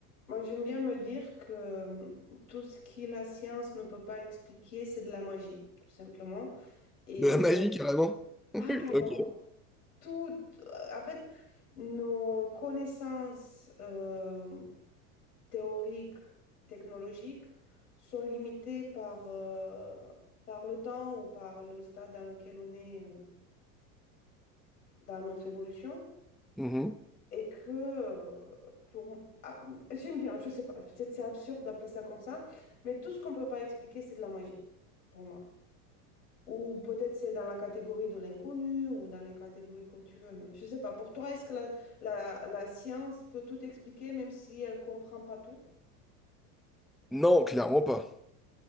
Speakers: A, on the left; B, in the centre.
A: Moi, j'aime bien me dire que euh, tout ce que la science ne peut pas expliquer, c'est de la magie, tout simplement. Et,
B: De la
A: euh,
B: magie, Euh, carrément.
A: ah,
B: <laughs>
A: carrément,
B: Ok.
A: tout, en fait, nos connaissances euh, théoriques, technologiques sont limitées par, euh, par le temps ou par le stade dans lequel on est euh, dans notre évolution.
B: Mhm.
A: et que euh, pour ah, j'aime bien, je sais pas, peut-être c'est absurde d'appeler ça comme ça, mais tout ce qu'on peut pas expliquer, c'est de la magie pour moi. Ou peut-être c'est dans la catégorie de l'inconnu ou dans les catégories comme tu veux, mais je sais pas. Pour toi, est-ce que la, la, la science peut tout expliquer même si elle comprend pas tout
B: Non, clairement pas.